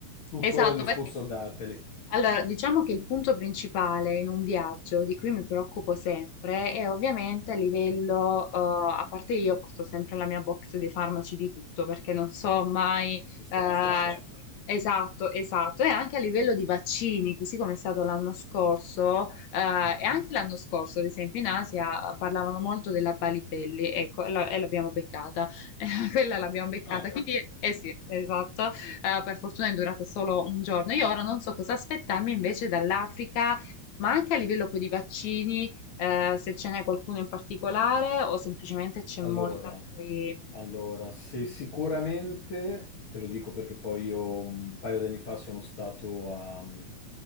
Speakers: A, on the left; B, on the left.
A: tuttora
B: Esatto,
A: disposto
B: perché...
A: a darteli.
B: Allora, diciamo che il punto principale in un viaggio di cui mi preoccupo sempre è ovviamente a livello, eh, a parte io porto sempre la mia box dei farmaci di tutto perché non so mai, Ci
A: Ci sta,
B: eh,
A: ci sta.
B: ci esatto, esatto, e anche a livello di vaccini, così come è stato l'anno scorso, eh,
A: Mhm.
B: e anche l'anno scorso, ad esempio in Asia, eh, parlavano molto della Balibelli, ecco, e la- e l'abbiamo beccata, <laughs> quella l'abbiamo beccata,
A: Ah, beh,
B: quindi,
A: bene.
B: eh sì, esatto. Eh, per fortuna è durata solo un giorno. Io ora non so cosa aspettarmi invece dall'Africa, ma anche a livello poi di vaccini, eh, se ce n'è qualcuno in particolare o semplicemente c'è
A: Allora,
B: molta poi...
A: allora, se sicuramente, te lo dico perché poi io un paio di anni fa sono stato a,